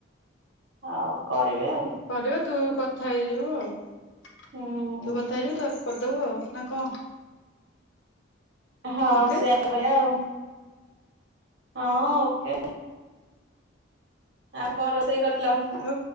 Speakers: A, on the right; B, on the left.
A: ଆଉ କରିବେ ଆଉ
B: କରିବା ତୁ କଥା ହେଇଯିବୁ ଆଉ ତୁ
A: ହୁଁ
B: କଥା ହେଇଯିବୁ ତ କରିଦେବୁ ନା କଣ?
A: ହଁ
B: ଓକେ।
A: ସେଇଆ କରିବା ଆଉ ହଁ ଓକେ। ଆଉ କଣ ରୋଷେଇ କରିଥିଲ?
B: ଆଉ